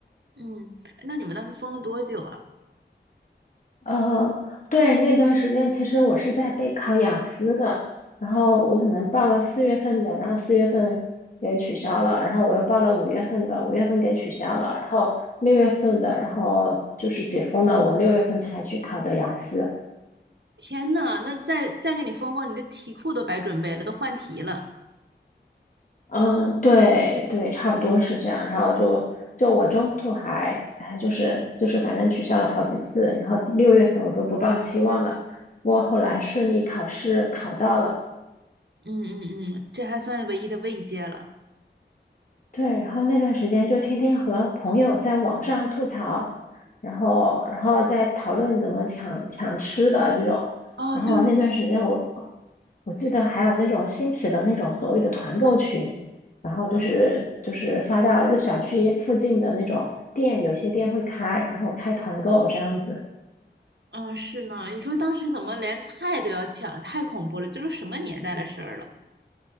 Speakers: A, on the right; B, on the left.
A: 嗯，那你们当时封了多久啊？
B: 呃，对，那段时间其实我是在备考雅思的，然后我可能报了四月份的，然后四月份也取消了，然后我又报了五月份的，五月份给取消了，然后六月份的，然后就是解封了，我六月份才去考的雅思。
A: 天呐，那再再给你封封，你的题库都白准备了，都换题了。
B: 嗯，对对，差不多是这样。然后就就我中途还哎，就是就是反正取消了好几次，然后六月份我都不抱希望了，不过后来顺利考试考到了。
A: 嗯嗯嗯，这还算唯一的慰藉了。
B: 对，然后那段时间就天天和朋友在网上吐槽，然后然后再讨论怎么抢抢吃的这种，
A: 哦，
B: 然后那段时间我我
A: 对对。
B: 我记得还有那种兴起的那种所谓的团购群，然后就是就是发到就小区附近的那种店，
A: 嗯
B: 有些店会开，然后开团购这样子。
A: 嗯，是呢，你说当时怎么连菜都要抢，太恐怖了，这都什么年代的事儿了？